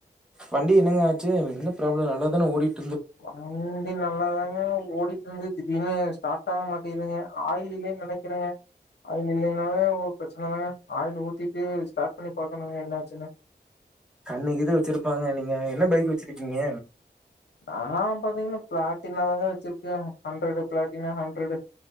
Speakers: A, in the centre; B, on the left.
A: வண்டி என்னங்க ஆச்சு என்ன ஃப்ராப்ளம் நல்லா தான ஓடிகிட்
B: வண்டி நல்லாதாங்க ஓடிட்டு இருந்து திடீர்னு ஸ்டார்ட் ஆக மாட்டேகுதுங்க ஆயில் இல்லன்னு நெனைக்கிறேங்க ஆயில் இல்லைன்னாவே ஒரு ப்ரச்சனை தாங்க ஆயில் ஊத்திட்டு ஸ்டார்ட் பண்ணி பாக்கணுங்க என்னாச்சுன்னு
A: கண்ணுக் இது வச்சுருப்பாங்க நீங்க என்ன பைக்கு வச்சுருக்கீங்க
B: நா பாத்தீங்கன்னா ப்ளாட்டினா தாங்க வச்சிருக்கே ஹண்ட்ரடு ப்ளாட்டினா ஹண்ட்ரடு